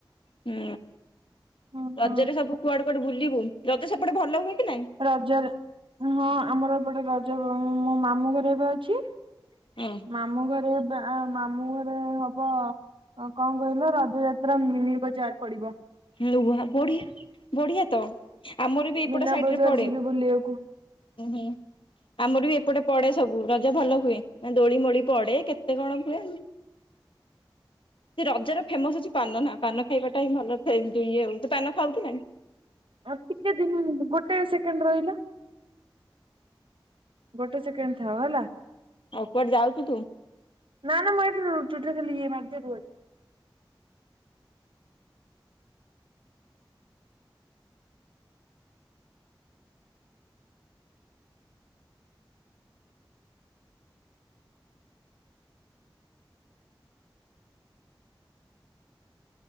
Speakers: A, on the left; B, on the right.
A: ହୁଁ,
B: ହଁ
A: ରଜରେ ସବୁ
B: ହଁ।
A: କୁଆଡେ କୁଆଡେ ବୁଲିବୁ, ରଜ ସେପଟେ ଭଲ ହୁଏ କି ନାଇଁ?
B: ରଜରେ, ହଁ ଆମର ଏପଟେ ରଜ ମୋ ମାମୁଁ ଘରେ ଏବେ ଅଛି।
A: <inaudible>
B: ମାମୁଁ ଘରେ ବା ମାମୁଁ ଘରେ ହବ ଅଁ କଣ କହିଲ ରଜଯାତ୍ରା ମିନି ବଜାର ପଡ଼ିବ।
A: ଲୁହା ବଢ଼ିଆ, ବଢ଼ିଆ ତ, ଆମର ବି ଏଇପଟ
B: ମୀନା
A: ସାଇଟରେ
B: ବଜାର
A: ପଡ଼େ,
B: ଯିବି ବୁଲିବାକୁ।
A: ଉଁହୁଁ, ଆମର ବି ଏପଟେ ପଡ଼େ। ସବୁ ରଜ ଭଲ ହୁଏ, ନା ଦୋଳି ମୋଳି ପଡ଼େ କେତେ କଣ ହୁଏ। ସେ ରଜର ଫେମସ୍ ହଉଛି ପାନ ନା, ପାନ ଖାଇବାଟା ହିଁ ଭଲ। ସେମ୍ ଟୁ ୟୁ, ତୁ ପାନ ଖାଉକି ନାଇଁ?
B: ଆଉ ଟିକେ ଦିନ ଗୋଟେ ସେକେଣ୍ଡ ରହିଲା। ଗୋଟେ ସେକେଣ୍ଡ ଥାଅ ହେଲା।
A: ଆଉ କୁଆଡେ ଯାଉଚୁ ତୁ?
B: ନା ନା ମୁଁ ଏଟିରୁ ଚୁଟିରେ ଖାଲି ଇଏ ମାରିଦିଏ ରୁହ।